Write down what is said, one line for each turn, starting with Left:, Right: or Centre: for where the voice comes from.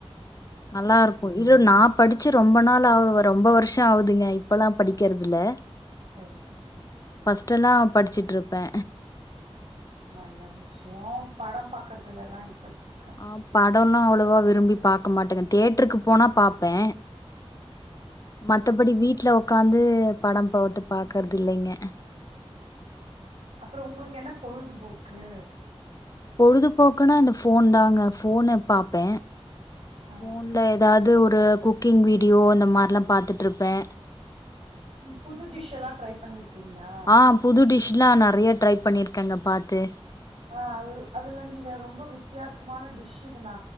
Left: நல்லா இருக்கு இரு நா படுச்சு ரொம்ப நாளா ஆவு ரொம்ப வருஷோ ஆகுதுங்க இப்பல்லா படிக்கற்தில்ல
Right: செரி செரி
Left: ஃபர்ஸ்டெல்லா படுச்சிட்டிருப்ப
Right: நல்ல விஷியோ படோ பாக்கறதுலலா இன்ட்ரெஸ்ட்ரு
Left: ஆ படோனா அவ்வளவா விரும்பி பாக்க மாட்டேங்க தியேட்ருக்கு போனா பாப்பே மத்தபடி வீட்ல உக்காந்து படோ போட்டு பாக்குறது இல்லிங்க
Right: அப்றோ உங்ளுக்கு என்ன பொழுதுபோக்கு
Left: பொழுதுபோக்குனா இந்த ஃபோன் தாங்க ஃபோன பாப்பே
Right: ஆ
Left: ஃபோன் ல எதாது ஒரு குக்கிங் வீடியோ இந்த மாரிலா பாத்துட்டுருப்பே
Right: ம் புது டிஷ்ஷலா ட்ரை பண்ணிருக்கீங்களா
Left: ஆ புது டிஷ்லா நெறையா ட்ரை பண்ணிருக்கேங்க பாத்து
Right: ஆ அது அதுல நீங்க ரொம்ப வித்தியாசமான டிஷ் இதுணா